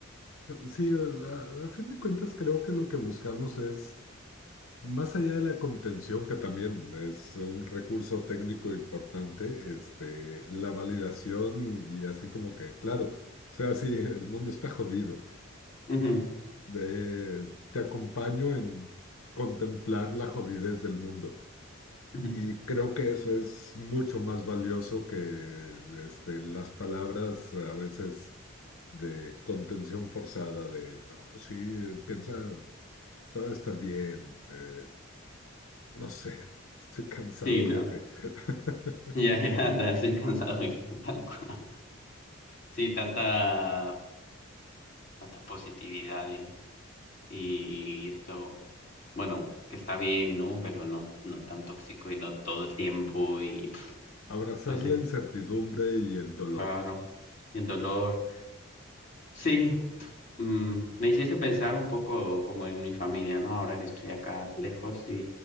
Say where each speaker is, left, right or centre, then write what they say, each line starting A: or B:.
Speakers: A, on the left; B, on the left.
A: Sí, a, a fin de cuentas creo que lo que buscamos es, más allá de la contención, que también es un recurso técnico importante, este, la validación y, y así como que, claro, o sea, sí, el mundo está jodido.
B: Ujú,
A: De, te acompaño en contemplar la jodidez del mundo.
B: ujú.
A: Y creo que eso es mucho más valioso que este, las palabras a veces de contención forzada, de, "No, sí, piensa. todo va a estar bien. eh, no sé, <laughs> estoy cansado,
B: Sí, no.
A: jefe. <laughs>
B: Ya, ya, <laughs> ya estoy cansado, <laughs> jefe, tal cual. Sí, tanta, tanta positividad y, y esto, bueno, que está bien, ¿no? Pero no, no tan tóxico y no todo el tiempo y pf,
A: Abrazar
B: pues
A: la
B: eh,
A: incertidumbre y el dolor,
B: claro, y el dolor. Sí, mm, me hiciste pensar un poco como en mi familia, ¿no? Ahora que estoy acá lejos